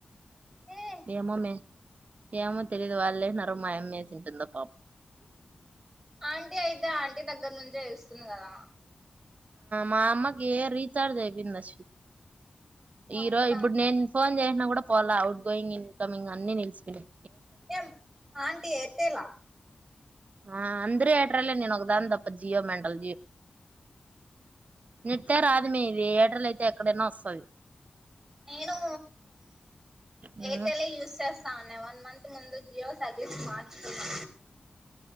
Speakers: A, on the right (about 15°); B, on the right (about 60°).
A: ఏ
B: ఏమో మే ఏమో తెలీదు వాళ్ళ వేసినారో మా అమ్మ ఎసింటుందొ పాపం
A: ఆంటీ అయితే ఆంటీ దగ్గర నుంచే వేస్తోంది కదా
B: మామ్మకి ఏ రిచార్జ్ అయిపోయింది ఆ ఈ
A: అవునా
B: రోజు ఇప్పుడు నేను ఫోన్ చేసిన కూడా పోల అఔట్ గోయింగ్ ఇన్కమింగ్ అన్ని నిలిచిపోయాయి
A: ఏం ఆంటీ ఎట్టేలా
B: ఆ అందురే ఏటర్లే నేనొకదని దాని తప్ప జియో మెంటల్ నట్టే రాదు మే ఇది ఎయిర్టెల్ అయితే ఎక్కడైనా వస్తుది
A: నేను
B: ఉమ్,
A: ఎయిర్టెల్ యూజ్ చేస్తా ఉన్నా వన్ మంత్ ముందు జియో సర్వీస్ మార్చుకుని